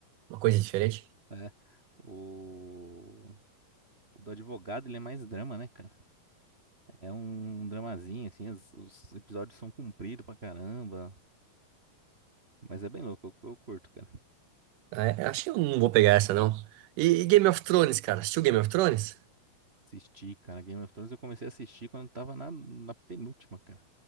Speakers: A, on the right; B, on the right.
A: uma coisa diferente.
B: É. O, o do advogado, ele é mais drama, né, cara? É um dramazinho, assim, as- os episódios são compridos pra caramba. Mas é bem louco, eu, eu curto, cara.
A: Ah, é, acho que eu não vou pegar essa, não. E, e Game of Thrones, cara? Assistiu Game of Thrones?
B: assisti cara. Game of Thrones eu comecei a assistir quando tava na, na penúltima, cara.